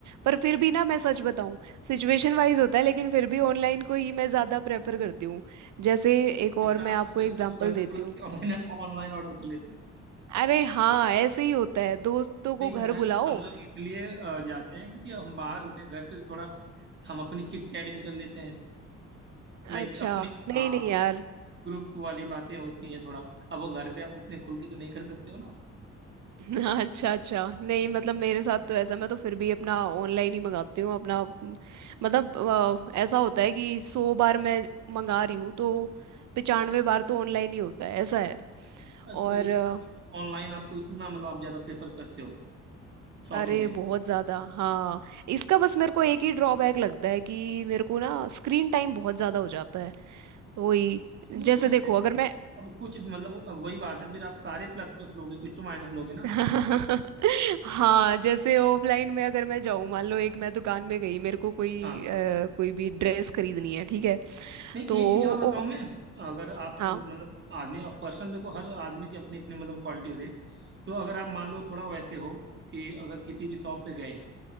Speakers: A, on the right; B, on the right.
A: पर फिर भी ना मैं सच बताऊं सिचुएशन वाइज होता है लेकिन फिर भी ऑनलाइन को ही मैं ज़्यादा प्रेफर करती हूँ जैसे एक
B: अच्छा
A: और
B: आप
A: मैं आपको
B: दोस्तों
A: एग्जांपल
B: को घर पे
A: देती
B: बुला
A: हूँ
B: के ऑनलाइन ऑनलाइन ऑर्डर कर लेते हो
A: अरे हाँ ऐसे ही होता है दोस्तों को
B: नहीं
A: घर
B: तो मैं
A: बुलाओ
B: हम लोग इसलिए अ, जाते हैं क्योंकि हम बाहर होते हैं घर से तो थोड़ा हम अपनी चिट चैट भी कर लेते हैं लाइक
A: अच्छा
B: अपनी
A: नहीं
B: हाँ
A: नहीं यार
B: ग्रुप वाली बातें होती हैं थोड़ा अब वो घर पे आप उतने खुल के तो नहीं कर सकते हो ना
A: <laughs> हाँ, अच्छा अच्छा नहीं मतलब मेरे साथ तो ऐसा मैं तो फिर भी अपना ऑनलाइन ही मंगाती हूँ अपना म, मतलब अ, ऐसा होता है कि सौ बार मैं मंगा रही हूँ तो पचानवे बार तो ऑनलाइन ही होता है ऐसा है
B: मतलब
A: और
B: इतना
A: अ,
B: मतलब ऑनलाइन आपको इतना मतलब आप ज्यादा प्रेफर करते हो शॉपिंग
A: अरे
B: के लिए
A: बहुत ज़्यादा हाँ इसका बस मेरे को एक ही ड्रॉबैक लगता है कि मेरे को ना स्क्रीन टाइम बहुत ज़्यादा हो जाता है वही
B: हाँ,
A: जैसे
B: वो तो
A: देखो
B: है
A: अगर मैं
B: अब कुछ मतलब अब वही बात है फिर आप सारे प्लस प्लस लोगे कुछ तो माइनस लोगे ना
A: <laughs> हाँ जैसे ऑफलाइन में अगर मैं जाऊँ मान लो एक मैं दुकान में गई मेरे को कोई
B: हाँ
A: अ, कोई भी ड्रेस खरीदनी है ठीक है
B: नहीं
A: तो
B: एक चीज और बताऊं
A: ओ,
B: मैं अगर आप
A: हाँ
B: मतलब आदमी अब पर्सन देखो हर आदमी की अपनी अपनी मतलब क्वालिटी होती है तो अगर आप मान लो थोड़ा वैसे हो कि अगर किसी भी शॉप पे गए